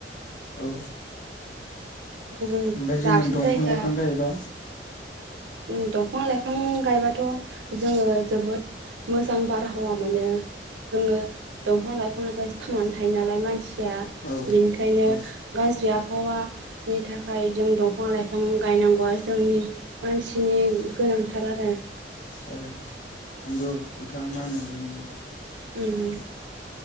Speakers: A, on the left; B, on the right.
A: औ।
B: गुबुन
A: ओमफ्राय जोङो
B: दाबसे
A: दंफां
B: जायगा
A: लाइफां गायबा
B: उम दंफां लाइफां गायबाथ' जोङो जोबोद मोजां बारहावा मोनो जोङो दंफां लाइफांजोंसो थांनानै थायो नालाय मानसि सिया
A: औ
B: बिनिखायनो
A: औ
B: गाज्रि आबहावा नि थाखाय जों दंफां लाइफां गायनांगौआ जोंनि मानसिनि गोनांथार आरो।
A: औ नोंगौ बिथाङा मा होनदों बे नंगौ।
B: ओम ओम।